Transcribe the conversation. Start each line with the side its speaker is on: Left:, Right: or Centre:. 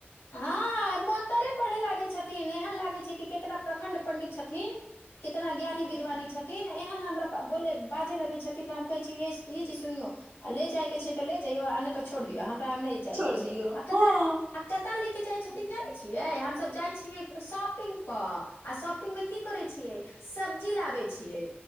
Left: हाँ मनतरे पढ़े ला गै छथिन, एहन लागे छै कि कितना प्रखंड पंडित छथिन, कितना ज्ञानी, विद्वानी छथिन, एहन हमरा बा बोले, बाजे लगे छथिन तऽ हम कहै छी ये ई चीज सुनयो, अ ले जाय के छै ते ले जैयो आ ना ते छोड़ दियौ हम रा नै जाय
Right: छोड़
Left: के
Right: दियौ
Left: छै आ कता
Right: हँ
Left: कतऽ ले के जाइ छथिन जानै छियै हम त जाय छियै शॉपिंग क आ शॉपिंग मे की करै छियै, सब्जी लाबे छियै